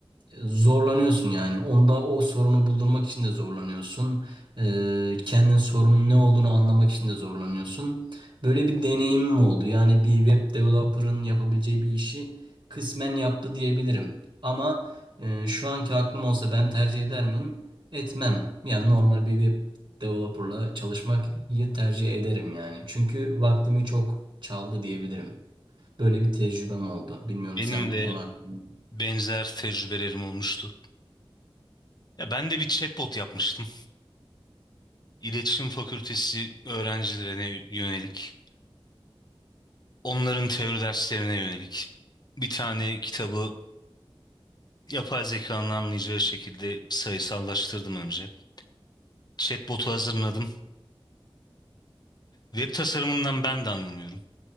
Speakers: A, on the right; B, on the left.
A: zorlanıyorsun yani. Onda o sorunu buldurmak için de zorlanıyorsun. Ee, kendin sorunun ne olduğunu anlamak için de zorlanıyorsun. Böyle bir deneyimim oldu. Yani bir web developer'ın yapabileceği bir işi kısmen yaptı diyebilirim. Ama e, şu anki aklım olsa ben tercih eder miyim? Etmem. Yani normal bir web developer'la çalışmayı tercih ederim yani. Çünkü vaktimi çok çaldı diyebilirim. Böyle bir tecrübem oldu. Bilmiyorum
B: Benim
A: sen bu
B: de
A: konu hakkında.
B: benzer tecrübelerim olmuştu. Ya ben de bir chatbot yapmıştım. İletişim Fakültesi öğrencilerine yönelik, onların teori derslerine yönelik bir tane kitabı yapay zekanın anlayacağı şekilde sayısallaştırdım önce. Chatbot'u hazırladım. Web tasarımından ben de anlamıyorum.